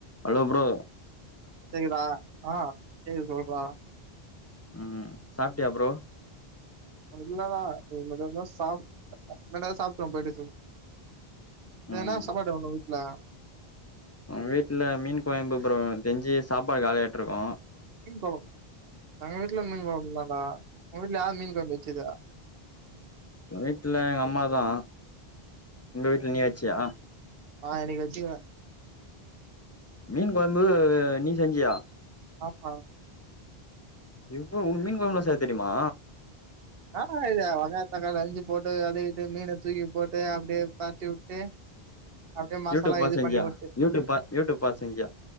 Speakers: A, on the left; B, on the right.
A: Hello bro
B: கேக்குதா ஆ சொல்றா
A: உம் சாப்ட்டியா ப்ரோ
B: இல்லடா ரெண்டுபேருமே சாப் <unintelligible> சேர்
A: ம்
B: என்னா சாப்பாடு ஒங்கவீட்ல
A: வீட்ல மீன் கொழம்பு ப்ரோ தெஞ்சி சாப்பாடு காலியாய்ட்ருக்கு
B: மீன் குழம் எங்க வீட்லயு மீன் கொழம்புதான்டா உங்க வீட்ல யாரு மீன் கொழம்பு வச்சது
A: வீட்ல எங்க அம்மாதா உங்க வீட்டுல நீ வச்சையா
B: ஆ இன்னிக்கு வச்ச
A: மீன் கொழம்பு நீ செஞ்சியா
B: ஆமா
A: எப்ப உன்கு மீன் கொழம்புலா செய்ய தெரிமா
B: என்னடா இது வெங்காயோ தக்காளி அறுஞ்சு போட்டு அது இதுனு மீன தூக்கி போட்டு அப்டியே பெரட்டிவுட்டு அப்டியே மசாலா
A: யூடியூப் பாத்து
B: இது
A: செஞ்சியா
B: பண்ணிவுட்
A: யூடியூப் பா யூடியூப் பாத்து செஞ்சியா